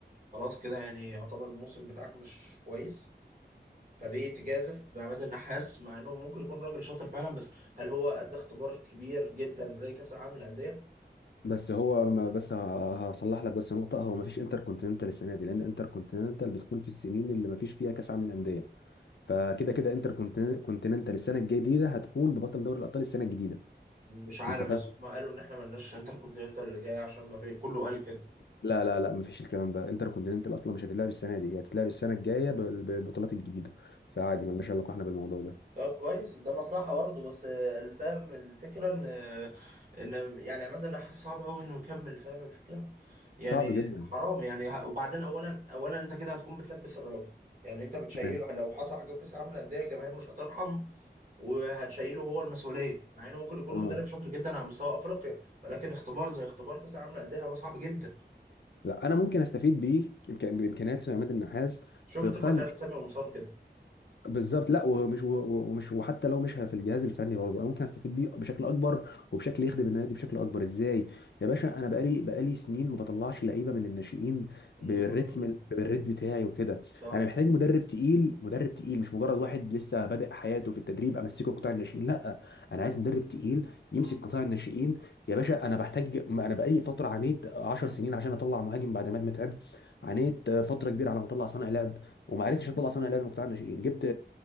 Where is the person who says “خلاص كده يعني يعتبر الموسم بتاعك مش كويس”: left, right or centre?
Right